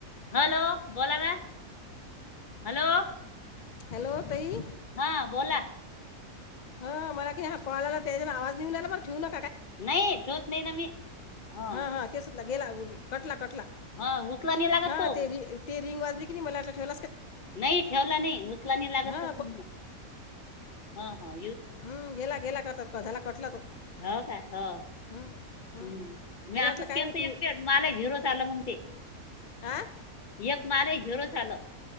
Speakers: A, on the left; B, on the left.
A: हॅलो बोला ना हॅलो,
B: हॅलो ताई
A: हा बोला.
B: ह मला कि हा कॉलला त्याच्या आवाज नि येऊ रहायला पण ठिवतो.
A: नाही ठेवत नाही ना मी हा.
B: हां हां तेच गेला कटला कटला.
A: हा उचला नाही लागत
B: हा
A: तो
B: ते र रिंग वाज की नाही मला ठेव
A: नाही ठेवला नाही. उसलानी लागत
B: हां
A: तर फन ह हो
B: हम् गेला गेला करतात झाला कटला तो.
A: हो का? हो.
B: हं, हं.
A: हम्म मी
B: मला
A: असंच
B: वाटलं काय
A: केलं
B: मी
A: तर एक
B: तुम्ही
A: वे मला झिरो आलं मंग ते.
B: आ
A: एक माल झीरो झालं.